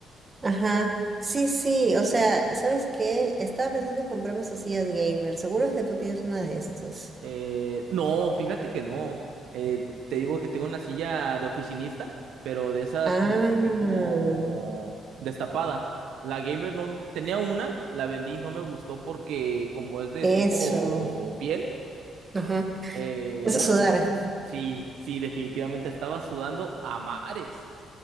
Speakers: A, on the right (about 30°); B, on the right (about 75°).
A: Ajá. Sí, sí. O sea, ¿sabes qué? Estaba pensando en comprarme esas sillas gamer. Seguro es que tú tienes una de estas.
B: Eh, no, fíjate que no. Eh, te digo que tengo una silla de oficinista, pero de esas
A: Ah,
B: como que tipo destapada. La gamer no tenía una, la vendí, no me gustó porque como es de
A: eso.
B: tipo piel,
A: Ajá.
B: Eh,
A: Eso
B: bueno,
A: es sudar.
B: sí, sí, definitivamente estaba sudando a mares.